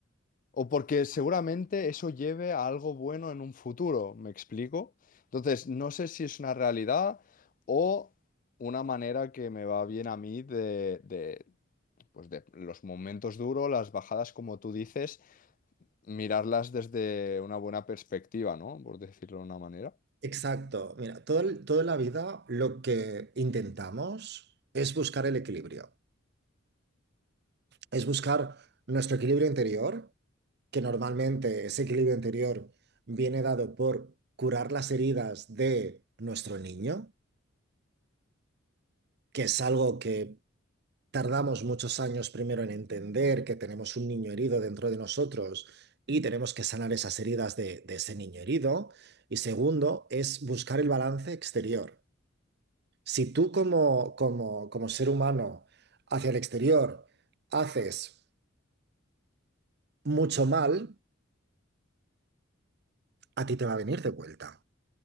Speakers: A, on the left; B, on the right.
A: O porque seguramente eso lleve a algo bueno en un futuro, ¿me explico? Entonces, no sé si es una realidad o una manera que me va bien a mí de, de, pues de los momentos duros, las bajadas, como tú dices, mirarlas desde una buena perspectiva, ¿no? Por decirlo de una manera.
B: Exacto. Mira, todo, el- toda la vida lo que intentamos es buscar el equilibrio, es buscar nuestro equilibrio interior que normalmente ese equilibrio interior viene dado por curar las heridas de nuestro niño, que es algo que tardamos muchos años primero en entender que tenemos un niño herido dentro de nosotros y tenemos que sanar esas heridas de, de ese niño herido. Y segundo, es buscar el balance exterior. Si tú como, como, como ser humano hacia el exterior haces mucho mal, a ti te va a venir de vuelta.